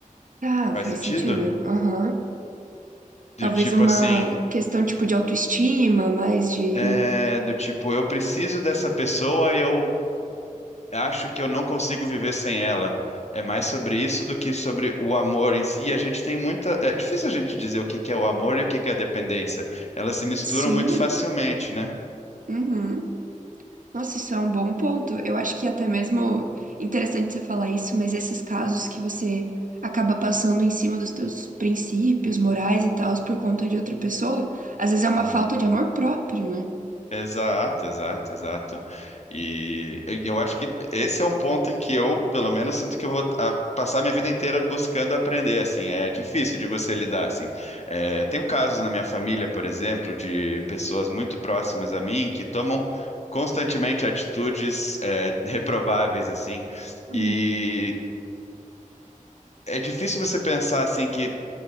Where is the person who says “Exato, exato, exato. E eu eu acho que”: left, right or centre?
Left